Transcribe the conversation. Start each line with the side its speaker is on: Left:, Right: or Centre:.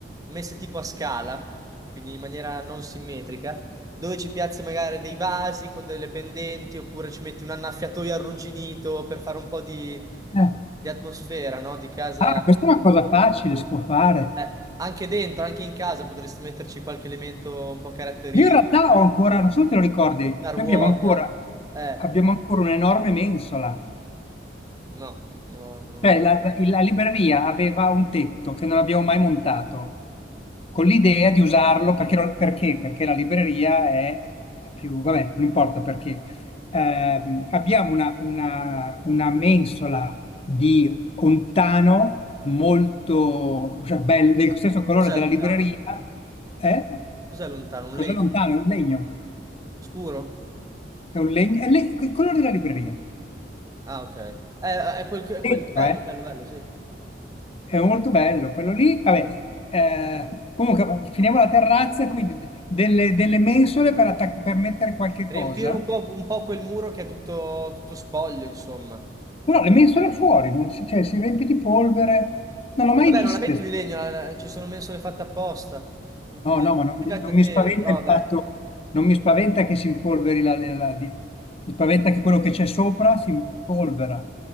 Right: messe tipo a scala, quindi in maniera non simmetrica dove ci piazzi magari dei vasi con delle pendenti oppure ci metti un annaffiatoio arrugginito per fare un po' di,
Left: Eh.
Right: di atmosfera, no? Di casa.
Left: Ah, questa è una cosa facile, si può fare.
Right: Eh, anche dentro, anche in casa potresti metterci qualche elemento un po' caratteristico,
Left: Io in realtà ho ancora, non so se te lo ricordi, noi
Right: una ruota.
Left: abbiamo ancora,
Right: Eh,
Left: abbiamo ancora un'enorme mensola,
Right: no, no, no.
Left: cioè la, la libreria aveva un tetto che non abbiamo mai montato, con l'idea di usarlo perché, non- perché? Perché la libreria è più, vabbè, non importa perché. Ehm, abbiamo una, una- una mensola di ontano molto, cioè, bello, del stesso colore
Right: Cos'è
Left: della
Right: lontano?
Left: libreria, eh?
Right: Cos'è lontano?
Left: Cos'è
Right: Un legno?
Left: lontano? È un legno.
Right: Scuro?
Left: È un legno, è le- quello della libreria,
Right: Ah, ok. Eh, eh, è quel, è
Left: dentro,
Right: quel... Bello,
Left: eh?
Right: bello, bello, sì.
Left: È molto bello, quello lì, vabbè, eh, comunque va- finiamo la terrazza, quindi de- delle, delle mensole per, attac- per mettere qualche
Right: Riempire
Left: cosa,
Right: un po', un po' quel muro che è tutto, tutto spoglio, insomma.
Left: però le mensole fuori, non si, cioè, si riempie di polvere, non l'ho mai
Right: Vabbè,
Left: viste,
Right: non la metti di legno, la- la- ci sono mensole fatte apposta. Più che
Left: no, no,
Right: più
Left: ma non, mi
Right: che una
Left: non mi
Right: tele,
Left: spaventa
Right: però
Left: il
Right: vabbè.
Left: fatto, non mi spaventa che si impolveri la, la- la- di- mi spaventa che quello che c'è sopra si impolvera,